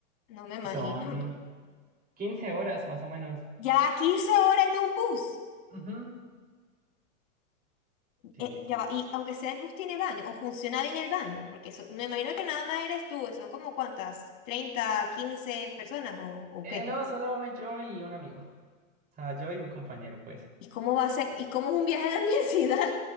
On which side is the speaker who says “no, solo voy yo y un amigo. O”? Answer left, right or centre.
Right